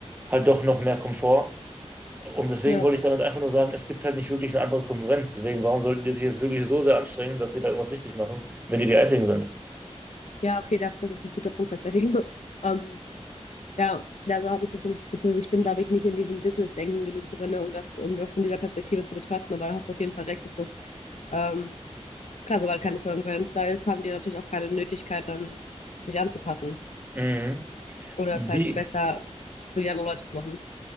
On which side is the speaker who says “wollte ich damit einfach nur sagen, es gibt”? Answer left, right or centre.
Right